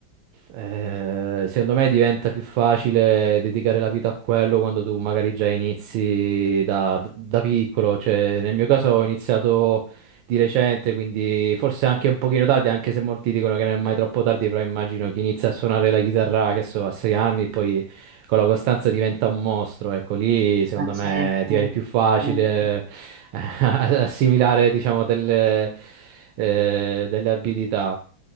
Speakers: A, on the right; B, on the right.
A: eh, secondo me diventa più facile dedicare la vita a quello quando tu magari già inizi da, da piccolo. Cioè, nel mio caso ho iniziato di recente, quindi forse anche un pochino tardi, anche se molti dicono che non è mai troppo tardi, però immagino chi inizia a suonare la chitarra, che so, a sei anni, poi Con la costanza diventa un mostro, ecco, lì secondo
B: Ma certo,
A: me ti viene più facile
B: certo.
A: eh, <laughs> assimilare, diciamo, delle, eh, delle abilità.